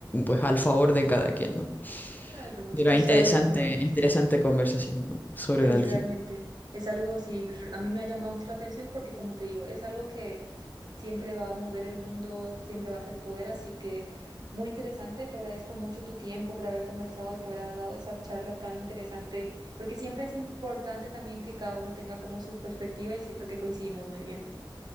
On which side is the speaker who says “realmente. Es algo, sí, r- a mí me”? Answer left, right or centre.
Right